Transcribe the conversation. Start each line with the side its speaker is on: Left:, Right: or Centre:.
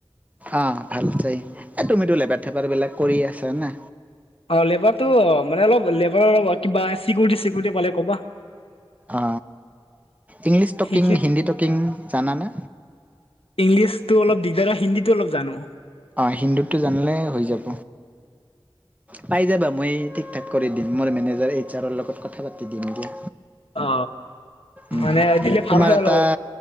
Right: আহ ভাল চাই এই তুমিতো লেপাৰ থেপাৰবিলাক কৰি আছা না
Left: অ লেবাৰতটো মানে অলপ লেবাৰৰ অ কিবা চিকিউৰিটি চিকিউৰিটি পালে ক'বা
Right: অ ইংলিছ টকিং
Left: সেইখিনিত
Right: হিন্দী টকিং জানানে
Left: ইংলিছতো অলপ দিগদাৰ হয় হিন্দীটো অলপ জানো
Right: অ হিন্দিটো জানিলে হৈ যাব। পাই যাবা মই ঠিক ঠাক কৰি দিম মোৰ মেনেজাৰ এইচ আৰৰ লগত কথা পাতি দিম দিয়া।
Left: অ
Right: উ
Left: মানে দিলে ভাল
Right: তোমাৰ
Left: হয়
Right: এটা
Left: অলপ।